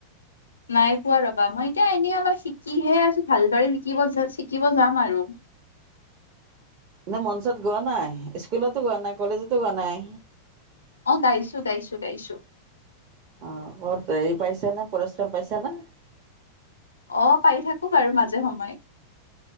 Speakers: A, on the left; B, on the right.
A: নাই পোৱা ৰবা মই এতিয়া এনেই অলপ শিকিহে আছো ভালদৰে শিকিব জাজ শিকিব যাম আৰু।
B: এই মঞ্চত গোৱা নাই, স্কুলতো গোৱা নাই, কলেজতো গোৱা নাই?
A: অ গাইছো গাইছো গাইছো।
B: অ ক'ত হেৰি পাইছা না পুৰস্কাৰ পাইছা না?
A: অ পাই থাকো বাৰু মাজে সময়ে।